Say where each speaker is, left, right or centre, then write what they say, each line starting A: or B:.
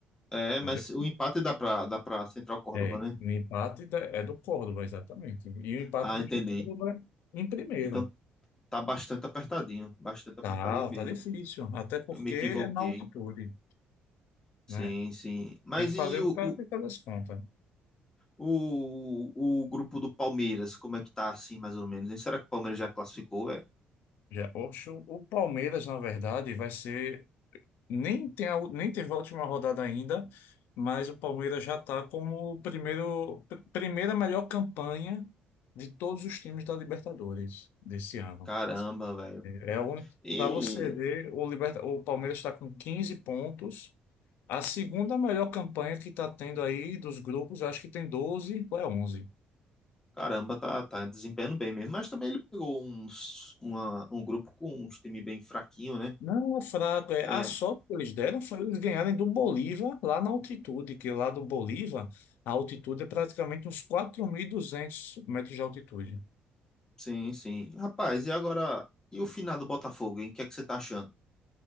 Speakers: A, on the left; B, on the left.
A: É, mas
B: Entendeu?
A: o empate dá pra, dá pra Central Córdoba,
B: É,
A: né?
B: o empate da- é do Córdoba, exatamente. E o empate
A: Ah,
B: deixa
A: entendi.
B: o Córdoba em primeiro.
A: Então tá bastante apertadinho, bastante apertadinho
B: Tá,
A: mesmo.
B: tá difícil. Até porque
A: Eu me equivoquei.
B: é na altitude,
A: Sim,
B: né?
A: sim. Mas
B: Tem que fazer
A: e
B: o
A: o,
B: que o cara
A: o,
B: tem fazer as contas.
A: o, o grupo do Palmeiras? Como é que tá assim, mais ou menos? hein? Será que o Palmeiras já classificou, velho?
B: Já, oxe, o o Palmeiras, na verdade, vai ser. Nem, tem a, u- nem teve a última rodada ainda, mas o Palmeiras já está como o primeiro, pr- primeira melhor campanha de todos os times da Libertadores desse ano.
A: Caramba, velho.
B: É o único.
A: E
B: Para você ver, o, Liberta, o Palmeiras está com 15 pontos. A segunda melhor campanha que está tendo aí dos grupos, eu acho que tem 12, ou é 11.
A: caramba, tá, tá desempenhando bem mesmo. Mas também ele pegou uns, uma, um grupo com uns time bem fraquinho, né?
B: Não é fraco, é.
A: É,
B: A sorte que eles deram foi eles ganharem do Bolívar lá na altitude, que lá do Bolívar a altitude é praticamente uns 4.200 metros de altitude.
A: Sim, sim. Rapaz, e agora? E o final do Botafogo, hein? O que é que você tá achando?